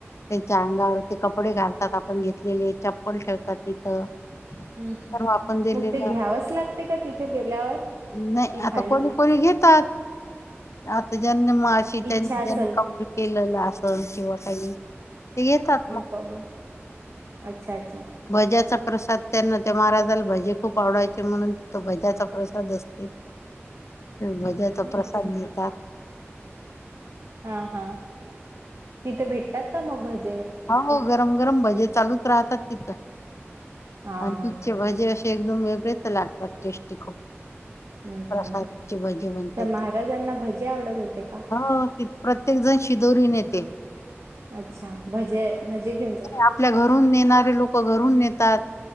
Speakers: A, on the left (about 80°); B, on the right (about 75°).
A: त्यांच्या अंगावर ते कपडे घालतात आपण घेतलेले चप्पल ठेवतात तिथं
B: ्
A: सर्व आपण दिलेलं
B: मग ते घ्यावंच लागते का तिथे गेल्यावर
A: नाही
B: ती
A: आता
B: थाली
A: कोणी कोली घेतात आता ज्यांना मा अशी त्यांनी
B: इच्छा असेल
A: ज्यांना कमल केलेला अस किंवा काही ते येतात
B: खबर अच्छा अच्छा
A: भज्याचा प्रसाद त्यांना त्या महाराजाला भजे खूप आवडायचे म्हणून तथ भज्याचा प्रसाद असते मजा तर प्रसाद
B: अच्छा
A: मिताात
B: हा हा तिथं भेटतात का मग भज
A: हो हो गरम गरम भाजे चालूच राहतात तिथं
B: हा
A: अ
B: हा
A: तिचे भजे असे एकदम वेगळेच लागतात टेस्टी खूप
B: हम्म
A: प्रसादची
B: हम्म
A: भजी म्हनतात
B: तर महाराजांना भजे आवडत होते का
A: ह तथ प्रत्येक जण श विदोरी नेते
B: अच्छा भजे भजे घेऊन जाते
A: आपल्या घरून नेणारे लोक घरून न